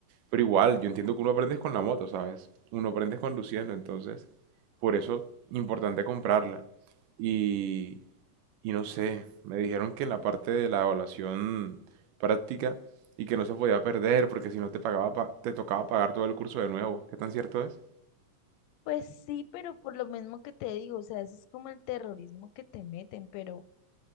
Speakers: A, on the right; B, on the left.
A: pero igual, yo entiendo que uno aprende es con la moto, ¿sabes? Uno aprende es conduciendo, entonces, por eso, importante comprarla. Y, y no sé, me dijeron que en la parte de la evaluación práctica y que no se podía perder porque si no te pagaba, pa- te tocaba pagar todo el curso de nuevo. ¿Qué tan cierto es?
B: Pues sí, pero por lo mismo que te digo, o sea, eso es como el terrorismo que te meten, pero